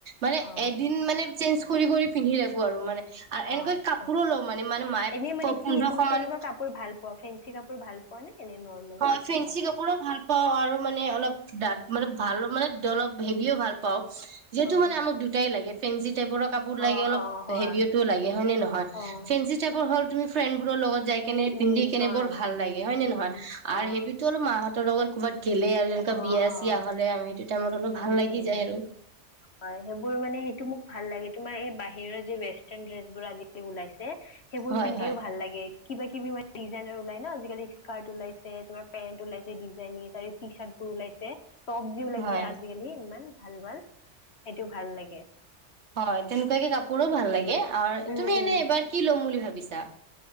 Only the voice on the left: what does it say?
অ
অ
আচ্ছা
এনেই মানে
কি তুমি কেনেকুৱা
কাপোৰ ভাল পোৱা ফেঞ্চি কাপোৰ ভাল পোৱা নে এনে নৰ্মেল
সুতিৰ
কাপোৰ
অ',
অ',
অ', হয়।
অ',
উম, উম,
হয়,
উম।
অ'।
অ',
অ',
উম,
উম।
হয় সেইবোৰ মানে সেইটো মোক ভাল লাগে তোমাৰ এই বাহিৰৰ যে ৱেষ্টাৰ্ণ ড্ৰেছ বোৰ আজিকালি ওলাইছে সেইবোৰ
পিন্ধিও
ভাল লাগে। কিবা কিবি মানে ডিজাইনৰ ওলাই ন' আজিকালি স্কাৰ্ট ওলাইছে তোমাৰ পেন্ট ওলাইছে ডিজাইনিছ আৰু টি চাৰ্টবোৰ ওলাইছে টপ যে ওলাইছিলে
আজিকালি ইমান। ভাল, ভাল সেইটো ভাল লাগে।
উম,
উম।